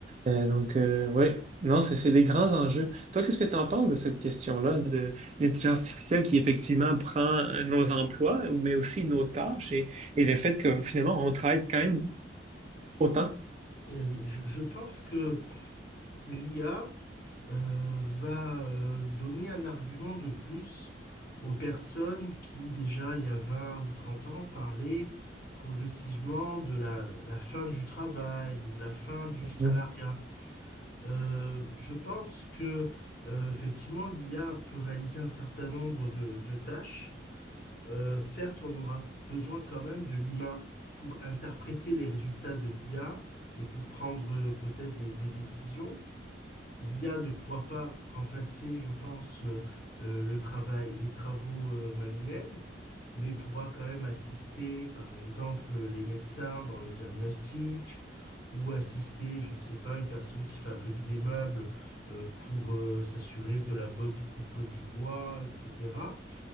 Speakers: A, on the right (about 35°); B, on the left (about 50°).
A: Euh, donc, euh, ouais, non, c'est c'est des grands enjeux. Toi, qu'est-ce que tu en penses de cette question-là, de l'intelligence artificielle qui effectivement prend nos emplois, ou- mais aussi nos tâches et, et le fait que finalement, on travaille quand même autant?
B: Et oui, je, je pense que l'IA euh, va euh, donner un argument de plus aux personnes qui, déjà il y a 20 ou 30 ans, parlaient progressivement de la, la fin du travail ou la fin du salariat.
A: Mhm,
B: Euh, je pense que, euh, effectivement, l'IA peut réaliser un certain nombre de, de tâches. Euh, certes, on aura besoin quand même de l'humain pour interpréter les résultats de l'IA et pour prendre euh, peut-être des des décisions. L'IA ne pourra pas remplacer, je pense, euh, euh, le travail, les travaux euh, manuels, mais pourra quand même assister, par exemple, les médecins dans le diagnostic, ou assister, je ne sais pas, une personne qui fabrique des meubles euh, pour euh, s'assurer de la bonne coupe du bois, etc.